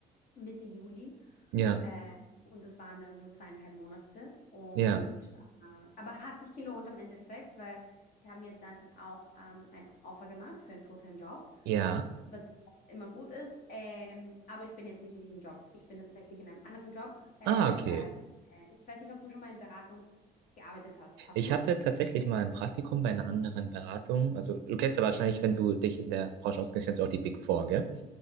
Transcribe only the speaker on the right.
Ja.
Ja.
Ja.
Ah, okay.
Ich
hatte tatsächlich mal ein Praktikum bei einer anderen Beratung. Also, du kennst ja
wahrscheinlich, wenn du dich in der Branche auskennst, kennst du auch die Big Four, gell?